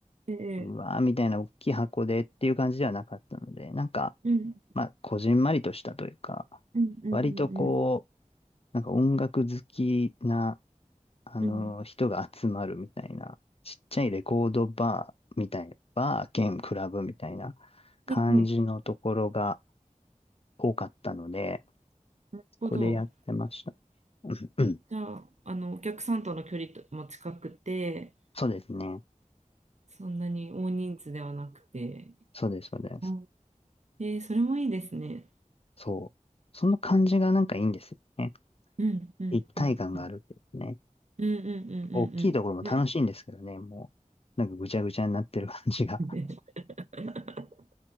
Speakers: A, on the right; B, on the left.
A: ええ
B: うわーみたいな大きい箱でっていう感じではなかったので、なんか、
A: うん、
B: まあ、こじんまりとしたというか、
A: うん、うん、
B: 割とこう、
A: うん、
B: なんか音楽好きな、あの人が集まるみたいな、
A: うん。
B: ちっちゃいレコードバーみたいな、バー兼クラブみたいな感じのところが
A: はい、はい。
B: 多かったので、
A: なるほど。
B: ここでやってました。うんうん、
A: じゃあ、あの、お客さんとの距離とも近くて、
B: そうですね。
A: そんなに大人数ではなくて、
B: そうです、そうです。
A: あえー、それもいいですね。
B: そう。その感じがなんかいいんですよね。
A: うん、うん、
B: 一体感があるんですね。
A: うん、うん。うんうんうんうんう
B: 大きいところも楽しいんですけどね、もう、なんかぐちゃぐちゃになってる感じが。
A: ん。ね <laughs>